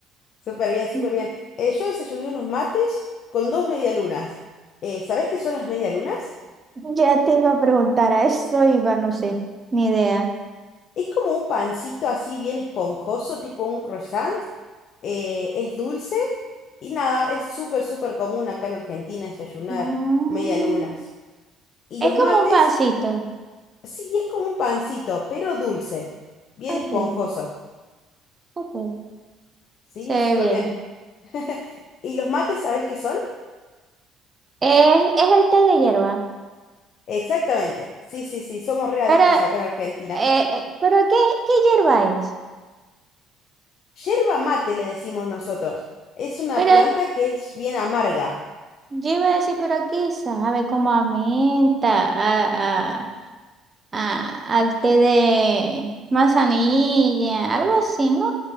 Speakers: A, on the left (about 50°); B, on the right (about 30°).
A: Súper bien, súper
B: <laughs>
A: bien. Eh, yo desayuné unos mates con dos medialunas. Eh, ¿sabés qué son las medialunas?
B: Ya te iba a preguntar a eso, iba, no sé, ni idea.
A: Es como un pancito así bien esponjoso, tipo un croissant. Eh, es dulce y nada, es súper, súper común acá en Argentina desayunar
B: Ah,
A: medialunas. Y
B: es
A: los
B: como
A: mates
B: un pancito.
A: Sí, es como un pancito, pero dulce, bien
B: Ok,
A: esponjoso.
B: ok.
A: Sí,
B: Se ve
A: súper
B: bien.
A: bien. <laughs> ¿Y los mates, sabés qué son?
B: Es, es el té de hierba.
A: Exactamente. Sí, sí, sí, somos re adictos
B: Pero
A: acá en Argentina.
B: Eh, eh, ¿pero qué, qué hierba es?
A: Yerba mate le decimos nosotros. Es una
B: Pero
A: planta que es bien amarga.
B: yo iba a decir, ¿pero a qué sabe? Como a menta, a, a, a- al té de manzanilla, algo así, ¿no?